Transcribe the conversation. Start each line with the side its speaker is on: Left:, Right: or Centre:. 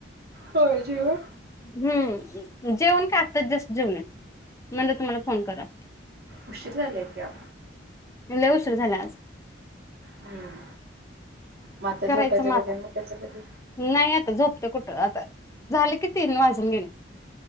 Right: होय जेवण
Left: हम्म जेवन काय आत्ता जस्ट जेवले म्हणल तुम्हाला फोन कराव.
Right: उशिर झालाय की आव.
Left: लई उशीर झालाय आज.
Right: हम्म, मग आता
Left: करायचं
Right: झोपायचं
Left: मग आता
Right: कधी आणि उठायचं कधी.
Left: नाही आता झोपते कुठं आता झाले कि तीन वाजून गेले.